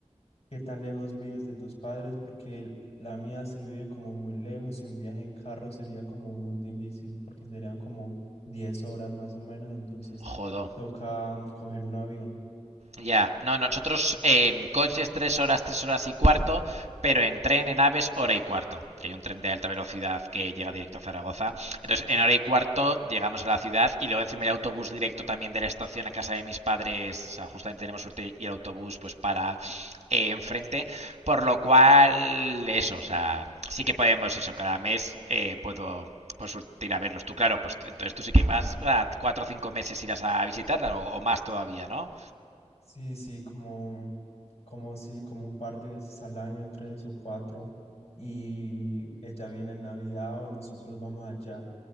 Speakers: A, on the left; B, on the right.
A: ¿Qué tan lejos vives de tus padres? Porque el- la mía sí vive como muy lejos y un viaje en carro sería como muy difícil porque serían como 10 horas más o menos, entonces
B: Jodo.
A: toca mm, coger un avión.
B: Ya, no, nosotros en coches tres horas, tres horas y cuarto, pero en tren, en aves, hora y cuarto, que hay un tren de alta velocidad que llega directo a Zaragoza. Entonces, en hora y cuarto llegamos a la ciudad y luego encima hay autobús directo también de la estación a casa de mis padres, o sea, justamente tenemos suerte y el autobús pues para eh, enfrente, por lo cual eso, o sea, sí que podemos eso, cada mes eh, puedo por suerte ir a verlos. Tú, claro, pues entonces tú sí que vas para cuatro o cinco meses irás a visitarla o, o más todavía, ¿no?
A: Sí, sí, como, como sí, como un par de veces al año, tres o cuatro, y ella viene en Navidad o nosotros vamos allá.